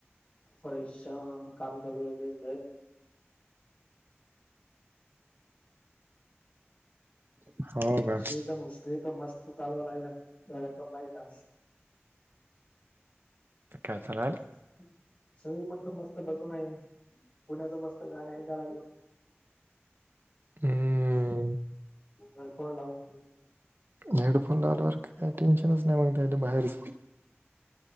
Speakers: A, on the left; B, on the right.
A: परेशान काम चालू होता रें लई. <inaudible>
B: हो का
A: ते तर मस्त चालवा लागला की नाही,
B: काय
A: <inaudible>
B: चालाल
A: सगळी म्हटलं मस्त बसून आहे. पुण्याचं मस्त गाण ऐकलगलोय.
B: हम्म
A: हेड फोन लावून.
B: हेडफोन लावल्यावर काय टेन्शनच नाही, मग त्या बाहेरच.